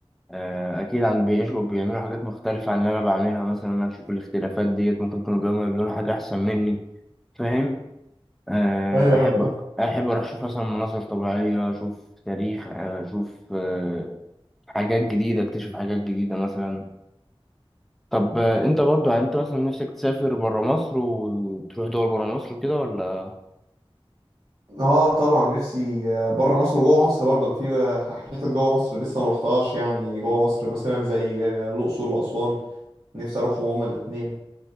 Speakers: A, in the centre; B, on the right (about 50°).
A: آه، اكيد عن بيعيشوا بيعملوا حاجات مختلفه عن اللي انا بعملها مثلا انا اشوف الاختلافات ديت ممكن يكونوا بيعملوا بيعملوا حاجه احسن مني فاهم آه،
B: ايوه
A: احب
B: ايوه فاهم
A: احب اروح اشوف مثلا مناظر طبيعيه اشوف تاريخ آه، اشوف آه، حاجات جديده اكتشف حاجات جديده مثلا طب آه، انت برضو يعني انت مثلا نفسك تسافر برا مصر وتروح دول برا مصر وكده ولا
B: اه طبعا نفسي آه، بره مصر وجوه مصر برضه انا في آه، حتت جوه مصر لسه ما رحتهاش يعني جوه مصر مثلا زي آه، الاقصر واسوان نفسي اروحهم هما الاثنين